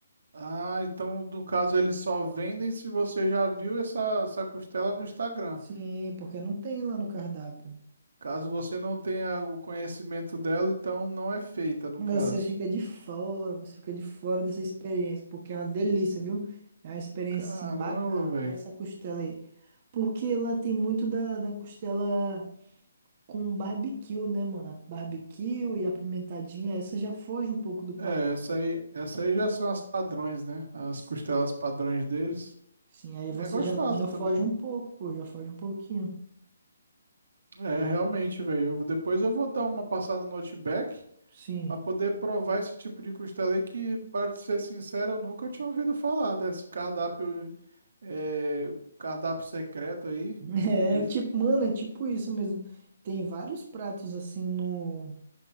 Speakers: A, on the right; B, on the right.
A: Ah, então no caso eles só vendem se você já viu essa, essa costela no Instagram.
B: Sim, porque não tem lá no cardápio.
A: Caso você não tenha o conhecimento dela, então não é feita, no
B: Você
A: caso.
B: fica de fora, você fica de fora dessa experiência, porque é uma delícia, viu? É uma experiência
A: Caramba,
B: assim bacana
A: velho.
B: comer essa costela aí. Porque lá tem muito da, da costela com barbecue, né, mano? A barbecue e a pimentadinha, essa já foge um pouco do padrão.
A: É, essa aí, essa aí já são as padrões, né? As
B: Sim,
A: costelas padrões deles.
B: sim, aí você
A: É gostosa
B: já, já
A: também.
B: foge um pouco, pô, já foge um pouquinho.
A: É, realmente, velho. Eu vou- Depois eu vou dar uma passada no Outback
B: Sim.
A: pra poder provar esse tipo de costela aí que, pra te ser sincero, eu nunca tinha ouvido falar desse cardápio, é, cardápio secreto aí.
B: <laughs> É
A: Ele,
B: tipo, mano, é tipo isso mesmo. Tem vários pratos assim no.